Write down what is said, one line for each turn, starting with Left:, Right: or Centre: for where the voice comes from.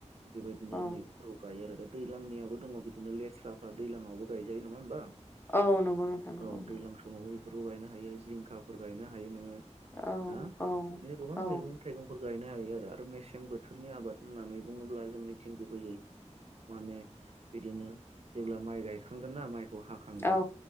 Right: बेबायदिनो
Left: औ
Right: मैगंफोरखौ गायो आरो दा दैज्लांनियाबो दङ बिदिनो लेस्राफ्रा दैजलांयावबो गायजायो नङा होमबा।
Left: औ नंगौ नोंथां नंगौ
Right: औ
Left: नंगौ
Right: दैज्लां समावबो बेफोरखौ गायनो हायो जिंखाफोर गायनो हायो नोङो।
Left: औ
Right: ना
Left: औ।
Right: बिदिनो गोबां
Left: औ
Right: मैगं थाइगंफोर गायनो हायो आरो मेसें बोथोरनि आबाद होननानै बुङोब्ला जों निथिं गुबैयै माने बिदिनो जेब्ला माइ गायखांगोना म हाखांगोन
Left: औ